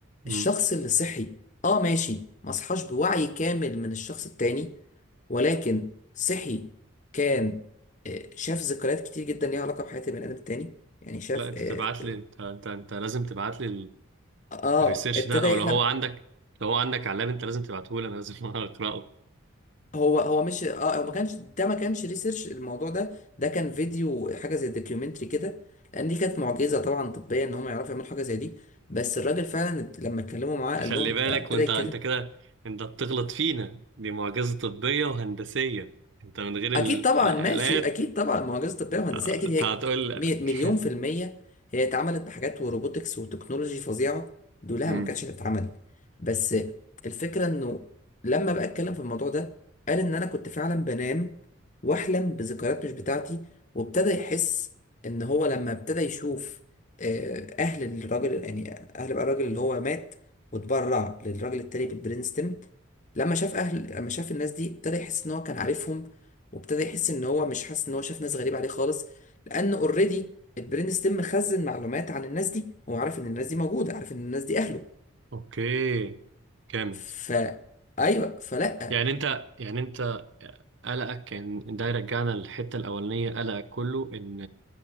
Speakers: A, on the right; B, on the left.
A: امم
B: الشخص اللي صحي اه ماشي ما صحاش بوعي كامل من الشخص التاني ولكن صحي كان آه، شاف ذكريات كتير جدا ليها علاقة بحياة البني آدم التاني يعني شاف
A: لا انت
B: اه
A: تبعت لي انت انت انت لازم تبعت لي
B: آه، آه،
A: الريسيرش
B: ابتدى
A: ده او لو
B: يحلم
A: هو عندك لو هو عندك علاب انت لازم تبعته لي انا لازم <laughs> اقراه
B: هو هو مش اه هو ما كانش ده ما كانش ريسيرش الموضوع ده ده كان فيديو حاجة زي دوكيومنتري كده لأن دي كانت معجزة طبعا طبية إن هم يعرفوا يعملوا حاجة زي دي بس الراجل فعلا لما اتكلموا معاه
A: تخلي
B: قال لهم
A: بالك
B: آه، ابتدى
A: وانت
B: يتكلم
A: انت كده انت بتغلط فينا دي معجزة طبية وهندسية انت من غير ال-
B: اكيد طبعا
A: الآلات
B: ماشي اكيد طبعا معجزه طبيه وهندسيه
A: آه،
B: اكيد
A: انت
B: هي
A: هتقول
B: مية- مليون
A: <laughs>
B: في الميه هي اتعملت بحاجات وروبوتكس وتكنولوجي فظيعه دولها
A: مم.
B: ما كانتش هتتعمل بس الفكره انه لما بقى اتكلم في الموضوع ده قال ان انا كنت فعلا بنام واحلم بذكريات مش بتاعتي وابتدى يحس ان هو لما ابتدى يشوف آه، اهل الراجل يعني اهل بقى الراجل اللي هو مات واتبرع للراجل التاني بالبرينستون لما شاف اهل لما شاف الناس دي ابتدى يحس ان هو كان عارفهم وابتدى يحس ان هو مش حاسس ان هو شاف ناس غريبه عليه خالص لان اوريدي البرين ستيم مخزن معلومات عن الناس دي هو عارف ان الناس دي موجوده عارف ان الناس دي اهله
A: اوكي جامد
B: ف ايوه فلا
A: يعني انت يعني انت قلقك كان ده يرجعنا للحتة الأولانية قلقك كله إن